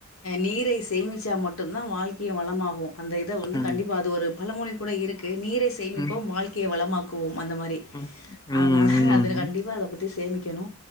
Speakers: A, on the left; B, on the left.
A: நீரை சேமிச்சா மட்டும்தா வாழ்க்கை வளமாகு அந்த இத வந்து
B: ம்
A: கண்டிப்பா அது ஒரு பழ மொழி கூட இருக்கு நீரை சேமிப்போம்
B: ம்
A: வாழ்க்கை வளமாக் க்குவோம் அந்த மாரி
B: ம் ம்
A: அதனால அதுல
B: ம்
A: கண்டிப்பா அத பத்தி சேமிக்கணு